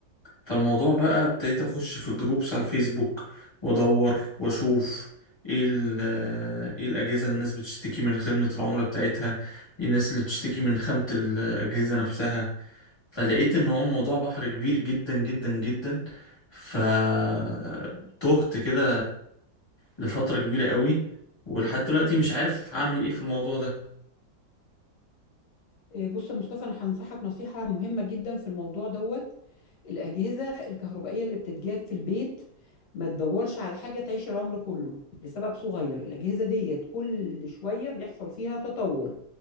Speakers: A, on the left (about 20°); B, on the left (about 65°).
A: فالموضوع بقى ابتديت اخش في جروبس على الفيسبوك وادور واشوف ايه ال- آه، ايه الاجهزه اللي الناس بتشتكي من خدمه العملاء بتاعتها إيه الناس اللي بتشتكي من خامه الاجهزه نفسها فلقيت ان هو الموضوع بحر كبير جدا جدا جدا فتهت كده لفتره كبيره قوي ولحد دلوقتي مش عارف هعمل ايه في الموضوع ده
B: إيه، بص يا مصطفى انا هنصحك نصيحة مهمة جدا في الموضوع دوت الأجهزة الكهربائية اللي بتتجاب في البيت ما تدورش على حاجة تعيش العمر كله لسبب صغير الأجهزة ديت كل شوية بيحصل فيها تطور